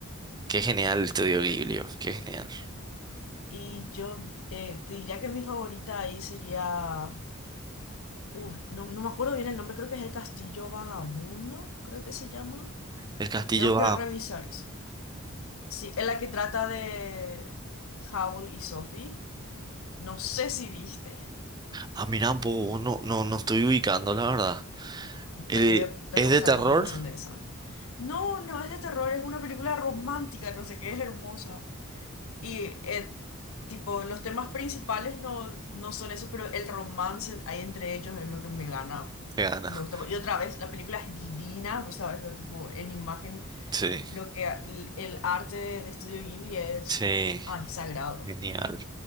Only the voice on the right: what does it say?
Qué genial el estudio Ghibli, oh, qué genial.
El castillo
va.
Ah, mirá, un poco, no, no, no estoy ubicando, la verdad.
El-
¿es de
terror?
Se gana.
Sí,
sí,
genial.